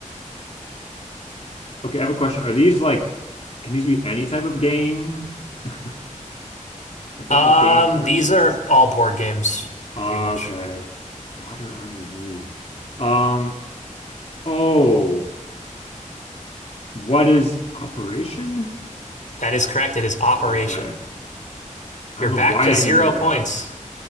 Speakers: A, on the left; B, on the left.
A: Okay, I have a question. Are these like, can these be any type of game? <laughs> What type
B: Um,
A: of games are
B: these
A: these?
B: are all board games,
A: Okay.
B: pretty much.
A: Water on the knee. Um, oh. What is Operation?
B: That is correct. It is Operation.
A: Okay. I
B: You're
A: don't
B: back
A: know why
B: to
A: I
B: zero
A: knew that.
B: points.